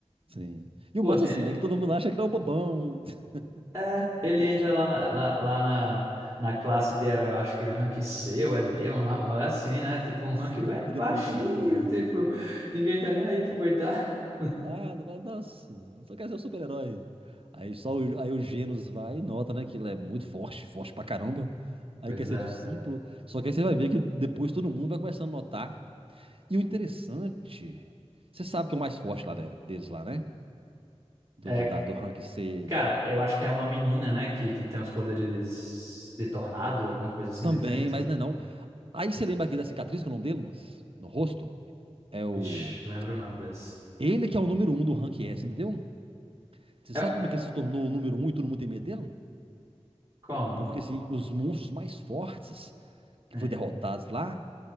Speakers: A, on the right; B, on the right.
A: Sim. E
B: Pô,
A: o massa,
B: tem,
A: assim, né? Que todo mundo acha que ele é um bobão.
B: É,
A: <laughs>
B: ele entra lá na, lá, lá na, na classe de herói, eu acho que rank C ou é D, um, ra- um rolê assim, né? Tipo, um
A: Você
B: rank bem
A: depois
B: baixinho,
A: ele pula pra B, é.
B: <laughs> tipo, ninguém tá nem aí pro coitado. <laughs>
A: Nada, fala, nossa, só quer ser um super-herói. Aí só o, aí o Genos vai e nota, né? Que ele é muito forte, forte pra caramba. Aí
B: Pois
A: quer ser
B: é.
A: discípulo. Só que aí você vai ver que depois todo mundo vai começando a notar. E o interessante, você sabe que é o mais forte lá né, deles lá, né? Do,
B: É,
A: do, da- do rank C
B: cara, eu acho que é uma menina, né, que, que tem os poderes de tornado, alguma coisa assim,
A: também,
B: de vento.
A: mas não é não. Aí você lembra aqui da cicatriz, que é o nome dele, moço? No rosto? É o.
B: Vixe, lembro não desse.
A: Ele que é o número um do rank S, entendeu? Você
B: É,
A: sabe como é que ele se tornou o número um e todo mundo tem medo dele?
B: como?
A: Porque, assim, os monstros mais fortes que
B: Sim.
A: foi derrotados lá,